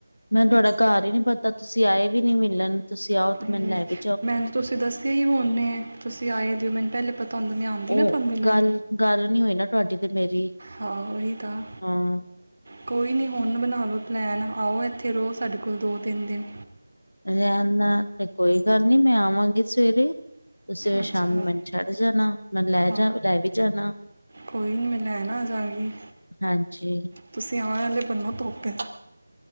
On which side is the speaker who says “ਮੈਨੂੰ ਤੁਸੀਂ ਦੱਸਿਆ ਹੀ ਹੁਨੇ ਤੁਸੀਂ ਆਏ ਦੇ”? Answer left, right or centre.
Right